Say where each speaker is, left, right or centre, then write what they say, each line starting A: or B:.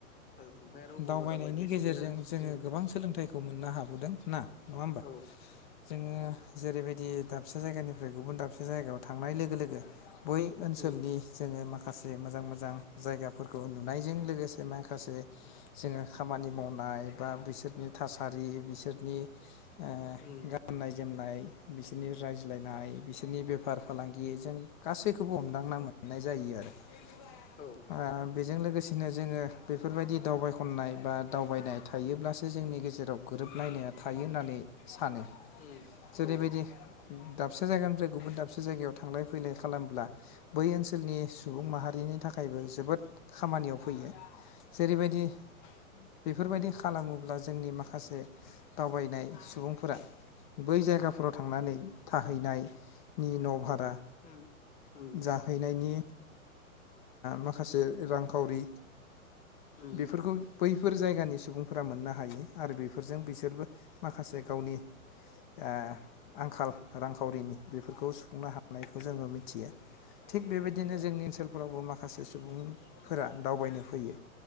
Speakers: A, on the left; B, on the left.
A: औ ओमफ्राय आरो अबाव
B: दावबायनायनि
A: अबाव दावबायखो एसे
B: गेजेरजों
A: खोन्थादो
B: जोङो
A: उम
B: गोबां सोलोंथाइखौ मोननो हाबोदों ना नङा होमबा?
A: औ
B: जोङो जेरैबायदि दाबसे जायगानिफ्राय गुबुन दाबसे जायगायाव थांनाय लोगो लोगो बै ओनसोलनि
A: उम
B: जोङो माखासे माखासे मोजां मोजां जायगाफोरखौ नुनायजों लोगोसे माखासे जोङो खामानि मावनाय बा बिसोरनि थासारि बिसोरनि ओ
A: उम
B: गाननाय जोमनाय। बिसोरनि रायज्लायनाय बिसोरनि बेफार फालांगि जों गासैखौबो हमदांना मोननाय जायो आरो। ओ
A: औ
B: बेजों लोगोसे बिदिनो जोङो बेफोरबायदि दावबाय खननाय बा दावबायनाय थायोब्लासो जोंनि गेजेराव गोरोबलायनाया थायो होननानै सानो। जेरैबायदि
A: उम औ औ
B: दाबसे जायगानिफ्राय गुबुन दाबसे जायगायाव थांलाय फैलाय खालामब्ला बै ओनसोलनि सुबुं माहारिनि थाखायबो जोबोद खामानियाव फैयो। जेरैबायदि बेफोरबायदि खालामोब अब्ला जोंनि माखासे दावबायनाय सुबुंफोरा बै जायगाफोराव थांनानै थाहैनायनि न'भार बा
A: उम उम
B: जाहैनायनि माखासे रांखावरि
A: उम
B: बेफोरखौ बै बेफोर जायगानि सुबुंफोरा मोननो हायो। आरो बेफोरजों बिसोरबो माखासे गावनि ए आंखाल रांखावरिनि बेफोरखौ सुफुंनो हानायखौ जोङो मिथियो। थिग बेबायदिनो जोंनि ओनसोलफोरावबो माखासे सुबुंफोरा दावबायनो फैयो।